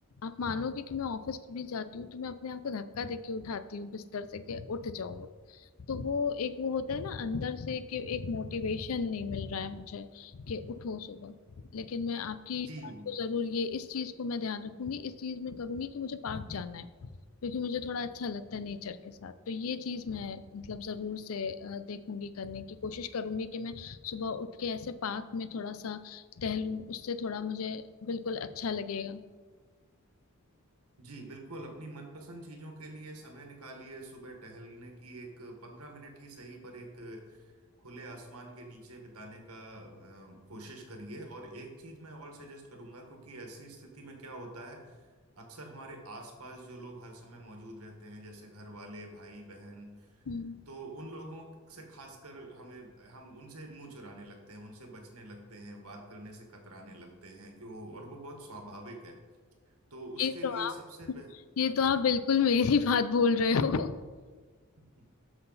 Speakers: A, on the left; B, on the right.
A: आप मानोगे कि मैं ऑफिस भी जाती हूँ तो मैं अपने आप को धक्का देके उठाती हूँ बिस्तर से कि उठ जाओ तो वो एक वो होता है ना अंदर से कि एक मोटिवेशन नहीं मिल रहा है मुझे कि उठो सुबह लेकिन मैं आपकी
B: जी
A: बात
B: वो-
A: को जरूर ये इस चीज को मैं ध्यान रखूंगी इस चीज में करूंगी कि मुझे पार्क जाना है क्योंकि मुझे थोड़ा अच्छा लगता है नेचर के साथ तो ये चीज मैं मतलब जरूर से अ, देखूंगी करने की कोशिश करूंगी कि मैं सुबह उठ के ऐसे पार्क में थोड़ा सा टहलूं उससे थोड़ा मुझे बिल्कुल अच्छा लगेगा
B: जी बिल्कुल अपनी मनपसंद चीजों के लिए समय निकालिए सुबह टहलने की एक पंद्रह मिनट ही सही पर एक खुले आसमान के नीचे बिताने का अ, कोशिश करिए और एक चीज मैं और सजेस्ट करूंगा क्योंकि ऐसी स्थिति में क्या होता है अक्सर हमारे आसपास जो लोग हर समय मौजूद रहते हैं जैसे घर वाले भाई बहन
A: हम्म,
B: तो उन लोगों से खासकर हमें हम उनसे मुंह चुराने लगते हैं उनसे बचने लगते हैं बात करने से कतराने लगते हैं क्यों और वो बहुत स्वाभाविक है तो उसके
A: ये तो
B: लिए सबसे
A: आप
B: बे...
A: <laughs> ये तो आप बिल्कुल मेरी बात बोल रहे हो
B: <laughs>